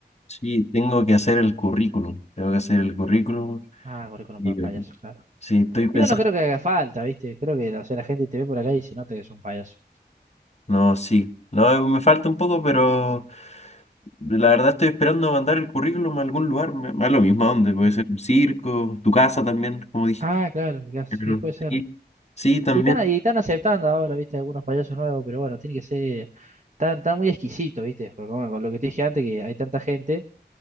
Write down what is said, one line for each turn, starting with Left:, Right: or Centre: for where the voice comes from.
Left: Sí, tengo que hacer el currículum. Tengo que hacer el currículum.
Right: Ah, currículum
Left: Y
Right: para payasos, claro.
Left: sí, estoy pensando.
Right: Y bueno, creo que haga falta, ¿viste? Creo que o sea, la gente te ve por acá y se nota que es un payaso.
Left: No, sí. No, me falta un poco, pero. La verdad estoy esperando mandar el currículum a algún lugar, me, me da lo mismo a dónde, puede
Right: Claro.
Left: ser un circo, tu casa también, como dije.
Right: Ah, claro, mirá, sí,
Left: Pero
Right: puede ser.
Left: sí, sí, también.
Right: Y están, y están aceptando ahora, ¿viste? Algunos payasos nuevos, pero bueno, tiene que ser tan, tan muy exquisito, ¿viste? Porque bueno, con lo que te dije antes, que hay tanta gente